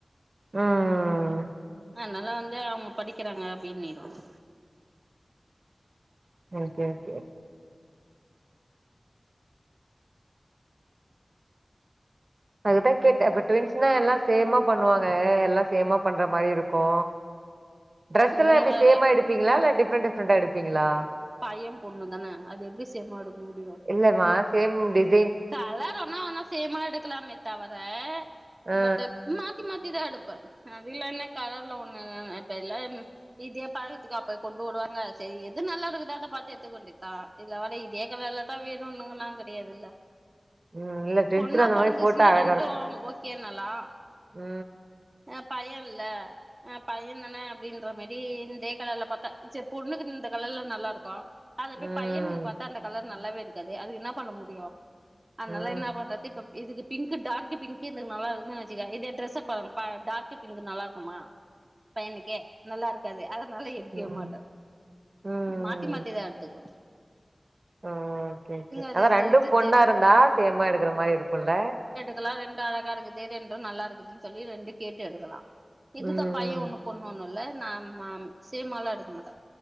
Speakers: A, on the right; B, on the right.
A: ம்
B: அ நல்லா வந்து அவ்ங்க படிக்கிறாங்க அப்டினுருவாங்க
A: ஓகே ஓகே அதுக்குதா கேட்டே இப்ப ட்வின்ஸ்னா எல்லா சேமா பண்ணுவாங்க எல்லா சேமா பண்ற மாரி இருக்கு ட்ரஸ்
B: நீங்க
A: எல்லா எப்டி
B: வேற
A: சேமா எடுப்பீங்களா இல்ல டிஃப்ரெண்ட் டிஃப்ரெண்டா எடுப்பீங்களா
B: பைய பொண்ணு தான அது எப்டி சேமா எடுக் முடியு
A: இல்லமா சேம் டிஸ்
B: கலர் ஒன்னா வேணா சேமா எடுக்கலாமே தவர
A: ஆ
B: பட்டு மாத் தி மாத்திதா எடுப்பே அது இல்லனா கலர்ல ஒன்னு வேணா எட்ப்ப எல்லா ம் இதே பழகற்த்துக்கா போய் கொண்டு வருவாங்க செரி எது நல்லா இருக்குதோ அத பாத்து எட்த்துக்க வேண்டியத் தா இதுல வேற இதே கலர்ல இதா வேணுனுங்கல்லா கெடையாதுல்ல
A: ம் இல்ல ட்வின்ஸ்னா
B: பொண்ணா
A: அந்த
B: பொறந்துஸ்னா
A: மாரி போட்டா அழகா
B: ரெண்டு
A: இருக்கு
B: ஓ ஓகேனலா
A: ம்
B: ஆ பைய இல்ல ஆ பையந்தான அப்டின்ற மாரி இந்தே கலர்ல பாத்தா சேர் பொண்ணுக்கு இந்த கலர்ல நல்லாருக்கு அத
A: ம்
B: போய் பையனுக்கு பாத்தா அந்த கலர் நல்லாவே இருக்காது அதுக்கென்னா பண்ண முடியு அத்னால
A: ம்
B: என்னா பண்றது இப்ப இதுக்கு பிங்க்கு டார்க்கு பிங்க்கு இதுக் நல்லாருக்குதுன் வெச்சுக்க இதே ட்ரஸ்ஸ பாருங்க பா டார்க்கு பிங்க்கு நல்லார்க்குமா பையனுக்கு நல்லார்க்காது அதனால எடுக்கவே
A: ம்
B: மாட்டே
A: ம்
B: மாத் தி மாத்தி தா எடுத்துக்வோ
A: ஆ ஓகே ஓகே
B: அது
A: அதா ரெண்டு
B: இது
A: பொண்ணா
B: தெரியு
A: இருந்தா சேமா எடுக்கற மாரி இருக்குல்ல
B: கெல்லா ரெண்டு அழகா இருக்குது ரெண்டு நல்லாருக்குதுன் சொல்லி ரெண்டு கேட்டு எடுக்கலா இதுதா
A: ம்
B: பைய
A: ம்
B: ஒன்னு பொண்ணு ஒன்னுல்ல நா மாம் சேமாலா எடுக்க மாட்டே